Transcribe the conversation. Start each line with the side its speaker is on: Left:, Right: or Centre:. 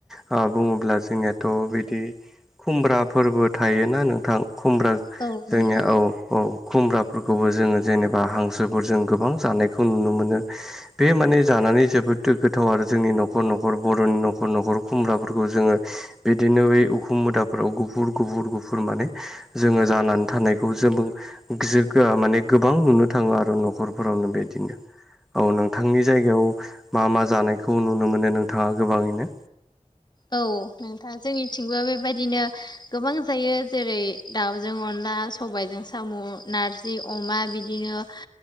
Centre: ओ बुङोब्ला जोंनिथ' बिदि खुम्ब्रा फोरबो थायोना नोंथां खुमब्रा
Left: औ
Centre: जोंनिया
Left: नोंथां
Centre: औ औ खुमब्राफोरखौबो जोङो जेनेबा हांसोफोरजों गोबां जानायखौ नुनो मोनो। बे माने जानानै जोबोदथ गोथाव आरो जोंनि न'खर न'खर बर'नि न'खर न'खर खुमब्राफोरखौ जोङो बिदिनो बै उखुम मोदाफोराव गुफुर गुफुर गुफुर माने जोङो जानानै थानायखौ जोब एसे गोबां नुनो थाङो आरो न'खरफोरावनो बेदिनो औ नोंथांनि जायगायाव मा मा जानायखौ नुनो मोनो नोंथाङा गोबाङैनो।
Left: औ नोंथां जोंनिथिंबो बेबायदिनो गोबां जायो जेरै दाउजों अनला सबायाइजों साम' नारज जि अमा बिदिनो